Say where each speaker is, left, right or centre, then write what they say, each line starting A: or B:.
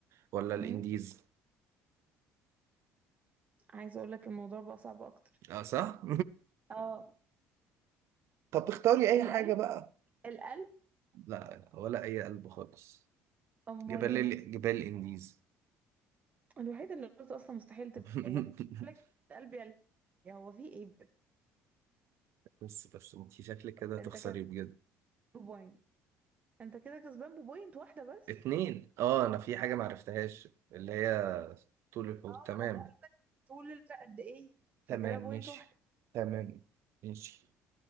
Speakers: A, on the right; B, on the right.
A: ولا الانديز
B: امم عايزه اقول لك الموضوع بقى صعب اكتر
A: اه صح
B: اه
A: <laughs> طب اختاري اي
B: القلب
A: حاجة بقى
B: القلب
A: لا ولا اي قلب خالص
B: امال
A: جبال
B: ايه
A: ال... جبال الانديز
B: الوحيده اللي قلت اصلا مستحيل تبقى
A: <laughs>
B: هي أنا بقول لك القلب يعني هو في ايه بقى؟
A: بس بس انت شكلك كده هتخسري
B: انت كده
A: بجد
B: بوينت انت كده كسبان ببوينت واحده بس
A: اتنين اه انا في حاجة معرفتهاش اللي هي طول الحوض
B: اه
A: تمام
B: ما انا سألت طول الوقت قد ايه فكده
A: تمام
B: بوينت
A: ماشي
B: واحده
A: تمام ماشي